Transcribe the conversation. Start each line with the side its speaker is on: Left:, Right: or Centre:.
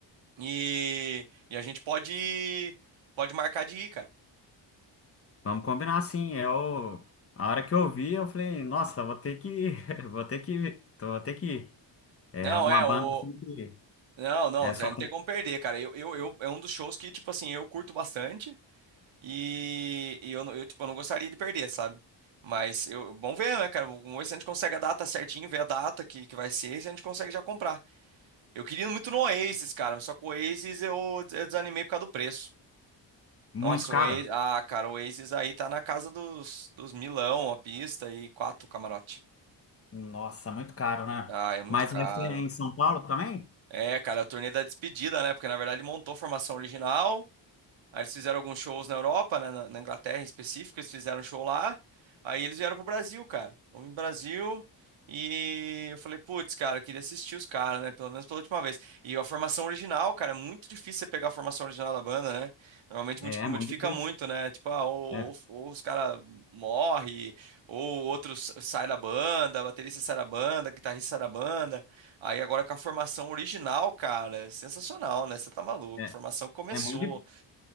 Right: E, e a gente pode, pode marcar de ir, cara.
Left: Vamos combinar assim, eu. A hora que eu vi, eu falei, nossa, vou ter que. <laughs> Vou ter que. Vou ter que ir. É
Right: Não,
Left: uma
Right: é,
Left: banda
Right: o.
Left: assim que.
Right: Não, não,
Left: É só.
Right: Zé, não tem como perder, cara. Eu, eu, eu, é um dos shows que, tipo assim, eu curto bastante. E, e eu, não- eu, tipo, eu não gostaria de perder, sabe? Mas eu, bom ver, né, cara? Vamos ver se a gente consegue a data certinho, ver a data que, que vai ser e se a gente consegue já comprar. Eu queria muito no Oasis, cara, mas só que o Oasis eu, des- eu desanimei por causa do preço.
Left: Muito
Right: Nossa,
Left: caro?
Right: o Oasis, ah, cara, o Oasis aí tá na casa dos, dos milão a pista e quatro camarote.
Left: Nossa, muito caro, né?
Right: Ah, é muito
Left: Mas
Right: caro.
Left: esse é em São Paulo também?
Right: É, cara, a turnê da despedida, né? Porque na verdade montou a formação original. Aí eles fizeram alguns shows na Europa, né, na, na Inglaterra em específico, eles fizeram um show lá. Aí eles vieram pro Brasil, cara. Fomos no Brasil e eu falei, putz, cara, eu queria assistir os caras, né? Pelo menos pela última vez. E a formação original, cara, é muito difícil você pegar a formação original da banda, né? Normalmente
Left: É,
Right: modi- modifica
Left: é muito difícil.
Right: muito, né? Tipo, ah, ou,
Left: É,
Right: ou- ou os caras morrem, ou outros sai da banda, baterista sai da banda, guitarrista sai da banda. Aí agora com a formação original, cara, é sensacional, né? Você tá maluco.
Left: é,
Right: Formação começou.
Left: é muito, di-